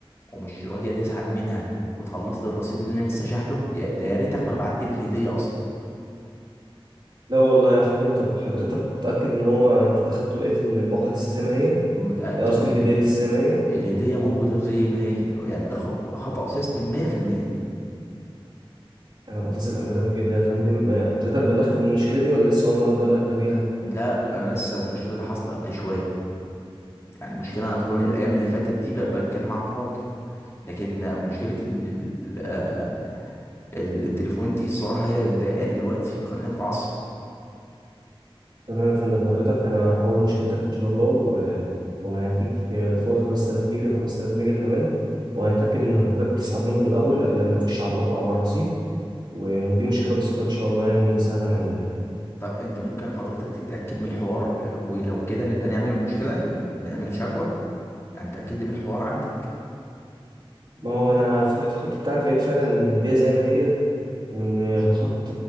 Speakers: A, on the left; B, on the right.
A: ومش راضيه تسحب منها وتخلص لي الرصيد اللي انا لسه شاحله يا- ده يا ريتك ما بعت لي الهديه اصلا
B: لا والله يا فندم طب حضرتك متأكد ان هو انت دخلت ولقيت ان الباقة لسه زي ما هي
A: متاكد
B: آه، قصدي
A: وال-
B: الهدية لسه زي ما هي
A: الهديه موجوده وزي ما هي يعني ده خط خطا سيستم 100%
B: انا بعتذر لحضرتك جدا يا فندم آه، حضرتك بلغت بالمشكلة دي ولا لسه اول مرة تبلغ بيها
A: لا انا لسه المشكله دي حاصله قبل شويه يعني المشكله انا طول
B: طب تمام
A: الايام اللي فاتت دي ب- بتكلم عن الراوتر لكن مشكله ان ال- آه، ال- التليفون دي الصراحه هي اللي مضايقاني دلوقتي مخليني متعصب
B: تمام يا فندم حضرتك انا هحاول مشكلتك ان شاء الله و... وهنديك آه، فوق ال 5000 ميجا 5000 ميجا كمان وهنتأكد ان حضرتك تسحب منهم الاول قبل ما نخش على الباقة او على الرصيد ودي مشكلة بسيطة ان شاء الله يعني سهلة حلها
A: طب انت ممكن حضرتك تتاكد من الحوار آه، ولو كده نبقى نعمل المشكله نعمل شكوى يعني تاكد لي من الحوار عندك
B: ما هو انا فتحت الخط بتاعك لقيت فعلا ان الهدية زي ما هي وان خط